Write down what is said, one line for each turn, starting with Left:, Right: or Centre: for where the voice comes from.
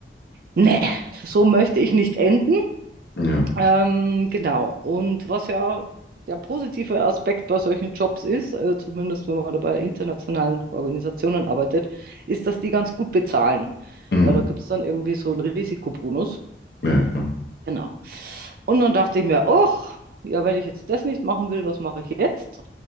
Right: nee, so möchte ich nicht enden.
Left: Ja.
Right: Ähm, genau. Und was ja der positive Aspekt bei solchen Jobs ist, äh, zumindest wenn man da bei internationalen Organisationen arbeitet, ist, dass die ganz gut bezahlen.
Left: Mhm.
Right: Weil da gibt es dann irgendwie so einen Risikobonus.
Left: Ja, klar.
Right: Genau. Und dann dachte ich mir, ach, ja, wenn ich jetzt das nicht machen will, was mache ich jetzt?